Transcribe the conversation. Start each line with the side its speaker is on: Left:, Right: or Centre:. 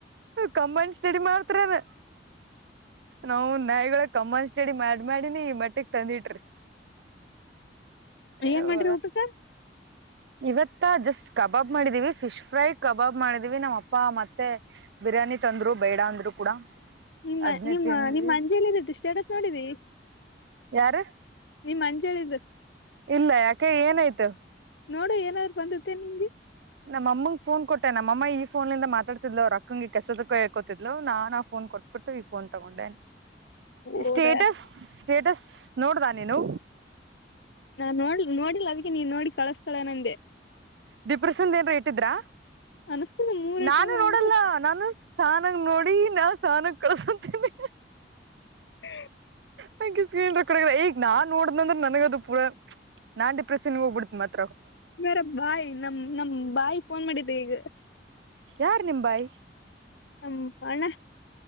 Right: ಕಂಬಾಂಡ್ ಸ್ಟಡಿ ಮಾಡ್ತಾರೆ ನಾವು ನಾಯಿಗಳ ಕಂಬಂಡ್ ಸ್ಟಡಿ ಮಾಡ ಮಾಡಿನಿ ಮಟ್ಟಕ್ ತಂದಿಟ್ರಿ
Left: ಏನ್
Right: ಯವ್ವ
Left: ಮಾಡ್ರಿ ಊಟಕ್ಕ
Right: ಇವತ್ತ ಜಸ್ಟ್ ಕಬಾಬ್ ಮಾಡಿದೀವಿ ಫಿಶ್ ಫ್ರೈ ಕಬಾಬ್ ಮಾಡಿದೀವಿ ನಮ್ಮ್ ಅಪ್ಪ ಮತ್ತೆ ಬಿರಿಯಾನಿ ತಂದ್ರು ಬೇಡ ಅಂದ್ರು ಕೂಡ
Left: ನಿಮ್ಮ
Right: ಅದ್ನೇ
Left: ನಿಮ್ಮ
Right: ತಿಂದ್ವಿ
Left: ನಿಮ್ಮ್ ಅಂಜೆಲ್ಲತ್ತು ಸ್ಟೇಟಸ್ ನೋಡಿದಿ
Right: ಯಾರು
Left: ನಿಮ್ಮ ಅಂಜ ಹೇಳಿದ್ದ
Right: ಇಲ್ಲ ಯಾಕೆ ಏನಾಯ್ತು
Left: ನೋಡ ಏನಾದ್ರು ಬಂದತ್ತೆ ನಿಂಗೆ
Right: ನಮ್ಮ ಅಮ್ಮಗೆ ಫೋನ್ ಕೊಟ್ಟೆ ನಮ್ಮ ಈಫೋನ್ಲಂದ ಮಾತಾಡ್ತಿದ್ವ ಅವ ರಕ್ಕಂಗಗೆ ಕೆಸ ಕ ಹಳ್ಕೋತಿದ್ ನಾ ಆ ಫೋನ್ ಕೊಟ್ಟ ಕೊಟ್ಬಿಟ್ಟು ಈ ಫೋನ್ ತಗೊಂಡೆ
Left: ಹೌದಾ
Right: ಸ್ಟೇಟಸ್ ಸ್ಟೇಟಸ್ ನೋಡ್ದ ನೀನು
Left: ನಾನ್ ನೋಡ್ಲ್ ನೋಡಿಲ್ಲ ಅದಕ್ಕೆ ನೀನ್ ನೋಡಿ ಕಳಿಸ್ತಾಳೆನಂದೆ
Right: ಡಿಪ್ರೆಷನ್ ಏನ್ ಇಟ್ಟಿದ್ರ
Left: ಅನಸ್ತದ ಮೂರ್ ಇಟ್ಟದ
Right: ನಾನು ನೋಡಲ್ಲ
Left: ಅಂದ್ರೆ
Right: ನಾನು ಸಾನಾಗ ನೋಡಿ ನಾ ಸಾನಾಗ ಕಳ್ಸಂತೀನಿ
Left: ಹ್ಮ
Right: ನಂ ಸ್ಕ್ರೀನ್ ಕಡ ಈಗ ನಾನ್ ನೋಡ್ದ್ಂದ್ರೆ ನನಗದು ಪೂರ ನಾ ಪ್ರೆನ್ ಹೋಗ್ಬ ಬಿಡತ್ೆ
Left: ಮಾರ ಬಾಯಿ ನಮ ನಮ್ ಬಾಯಿ ಫೋನ್ ಮಾಡಿದ್ದೆ ಈಗ
Right: ಯಾರ್ ನಿಂಬಾಯಿ
Left: ಹ ಹಣ್ಣ